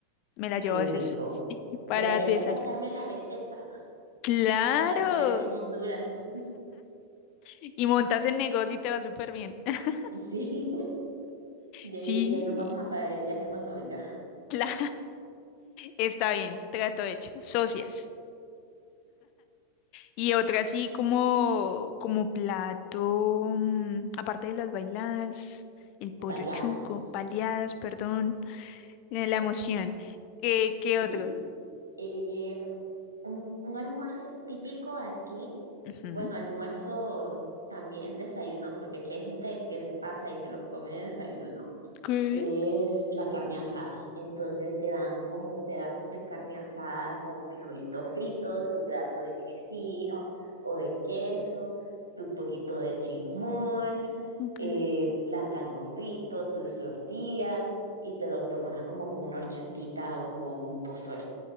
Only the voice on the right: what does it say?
qué
rico.
Deberías
de pasarme la receta
para hacer aquí en Honduras.
<laughs> Sí, de
ahí, de ahí nos vamos a pagar el viaje cuando vengas.
Baleadas.
Sí,
eh, un, un almuerzo típico aquí.
Bueno, almuerzo también desayuno, porque aquí hay gente que se pasa y se lo come de desayuno
es la carne asada. Entonces te dan como pedazos de carne asada con frijolitos fritos, tu pedazo de quesillo o de queso, tu poquito de chismol,
eh, plátano frito, tus tortillas y te lo tomas como con una horchatita o con un pozol.